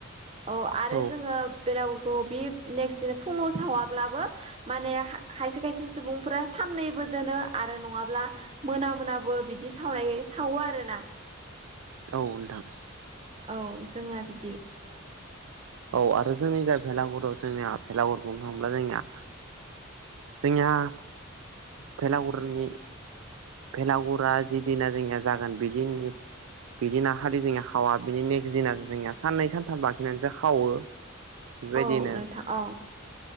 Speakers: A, on the right; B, on the right.
A: अ आरो
B: औ
A: जोङो बेलागुरखौ बे नेक्ट दिनो फुङाव सावाब्लाबो माने खायसे खायसे सुबुंफोरा साननैबो दोनो आरो नङाब्ला मोना मोनाबो बिदि सावराय सावो आरो ना
B: औ नोंथां
A: औ जोंना बिदि
B: औ आरो जोंनि जा भेलागुरि जोंनिया भेलागुरि बुंनो थाङोब्ला जोंनिया जोंनिया भेलागुरनि भेलागुरा जिदिना जोंनिया जागोन बि दिननि बि दिनाखालि जोंनिया खावा बिनि नेक्स्ट दिना जोंनिया साननै सानथाम लाखिनानैसो खावो बेबायदिनो
A: औ नोंथां औ